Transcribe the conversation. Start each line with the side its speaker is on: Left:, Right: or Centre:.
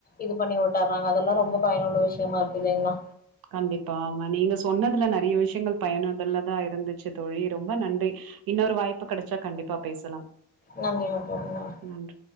Left: இது பண்ணி விட்டறாங்க அதெல்லா ரொம்ப பயனுள்ள விஷ்யமா இருக்கு இல்லங்களா
Right: கண்டிப்பா ஆமா நீங்க சொன்னதுல நெறைய விஷயங்கள் பயனுதுல்லதா இருந்துச்சு தோழி ரொம்ப நன்றி இன்னோரு வாய்ப்பு கெடச்சா கண்டிப்பா பேசலாம்
Left: நன்றி <unintelligible>
Right: நன்றி.